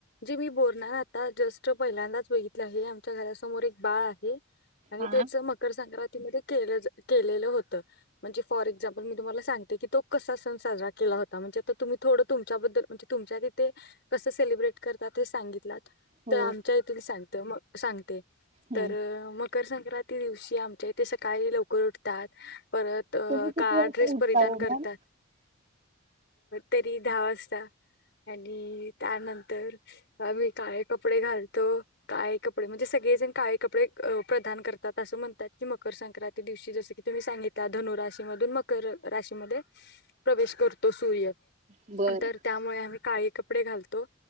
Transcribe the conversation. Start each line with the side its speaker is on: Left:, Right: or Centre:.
Left: जे बोरन्हान आता जस्ट पहिल्यांदाच बघीतला आहे, आमच्या घरासमोर - बाळ आहे आणि
Right: हा
Left: त्याच मकर संक्रांती मधे- केलेलं होत, म्हणजे फॉर एक्झमपल मी तुम्हाला सांगते की तो कसा सण साजरा केला होता- <unintelligible> तुम्ही थोडं तुमच्या बद्दल तुमच्या येते कसं सेलब्रट करतात हे सांग
Right: हो
Left: तर आमच्या येथ सांगते, म सांगते
Right: हम्म
Left: तर म- मकर संंक्रांती दिवशी आमचे ते सकाळी लवकर उठतात, - परत
Right: तुम्ही किती
Left: काळा
Right: वाजता
Left: ड्रेस
Right: उठता
Left: परिधान
Right: ओ मॅम
Left: करतात, तरी दहा वाजता आणि त्यानंतर- आ मी काळे कपडे घालतो, काळे कपडे म्हणजे सगळेजण काळे कपडे- प्रदान करतात असं म्हणतात की, मकर संक्रांती दिवशी जसं की तुम्ही सांगितला धनुराशीमधून मकर- राशीमध्ये प्रवेश करतो सूर्य
Right: बर
Left: तर त्यामुळे आम्ही- काळी कपडे घालतो